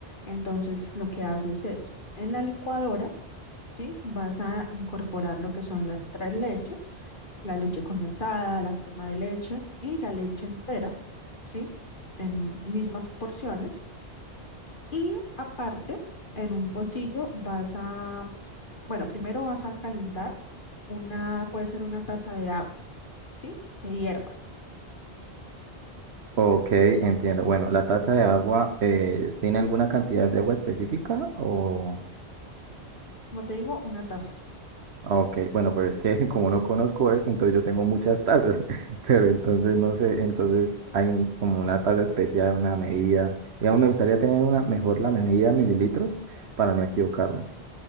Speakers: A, on the left; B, on the right.
A: Entonces, lo que haces es, en la licuadora, ¿sí? Vas a incorporar lo que son las tres leches, la leche condensada, la crema de leche y la leche entera, ¿sí? En mismas porciones. Y aparte, en un pocillo vas a, bueno, primero vas a calentar una, puede ser una taza de agua, ¿sí? Que hierva.
B: Ok, entiendo. Bueno, ¿la taza de agua eh, tiene alguna cantidad de agua específica? O...
A: Sí. Como te digo, una taza.
B: Ok, bueno, pues es que <laughs> como no conozco eso, entonces yo tengo muchas tazas, <laughs> pero entonces no sé, entonces hay un- como una taza especial, una medida. Digamos, me gustaría tener una mejor la medida de mililitros para no equivocarme.